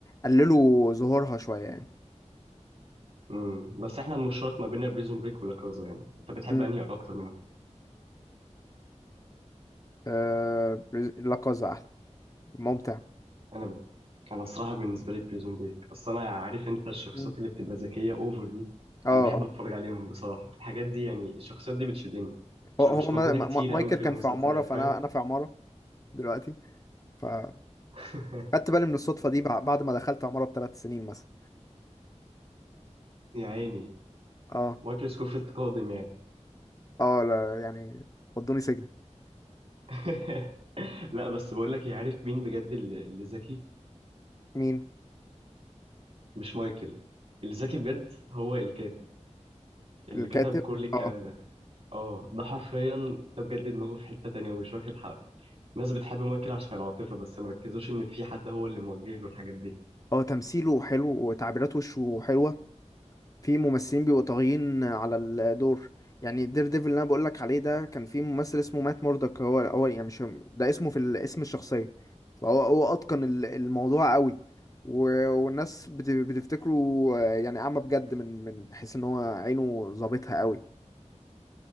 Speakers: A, on the left; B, on the right.
A: قللوا ظهورها شويه يعني
B: امم بس احنا المشترك ما بيننا بريزون بريك ولا كازا يعني انت بتحب
A: مم.
B: انهي اكتر منهم
A: آه، لا كازا احلى ممتع
B: انا انا الصراحه بالنسبه لي بريزون بريك اصل انا عارف انت الشخصيات
A: مم.
B: اللي بتبقى ذكيه اوفر دي
A: اه
B: انا بحب
A: آه.
B: اتفرج عليهم بصراحه الحاجات دي يعني الشخصيات دي بتشدني عشان
A: هو هو
B: مش
A: ما-
B: موجوده
A: ما-
B: كتير
A: ما- مايكل
B: قوي في
A: كان
B: المسلسلات
A: في عماره فانا
B: فاهم
A: انا في عماره دلوقتي فخدت
B: <laughs>
A: بالي من الصدفه دي بع- بعد ما دخلت عماره بثلاث سنين مثلا
B: يا عيني
A: اه
B: مايكل سكوفيلد قادم يعني
A: اه لا يعني ودوني سجن
B: <laughs> لا بس بقول لك إيه، عارف مين بجد اللي اللي ذكي
A: مين
B: مش مايكل اللي ذكي بجد هو الكات اللي
A: الكاتب
B: كتب كل الكلام
A: اه
B: ده اه ده حرفيا ده بجد دماغه في حتة تانية ومش واخد حقه الناس بتحب مايكل عشان العاطفة بس مركزوش إن في حد هو اللي موجه له الحاجات دي
A: هو تمثيله حلو وتعبيرات وشه حلوه في ممثلين بيبقوا طاغيين على الدور يعني دير ديفل اللي انا بقول لك عليه ده كان في ممثل اسمه مات موردك هو هو يعني مش ده اسمه في ال- اسم الشخصيه فهو هو اتقن ال- الموضوع قوي و- والناس بت- بتفتكره آه، يعني اعمى بجد من من بحيث ان هو عينه ظابطها قوي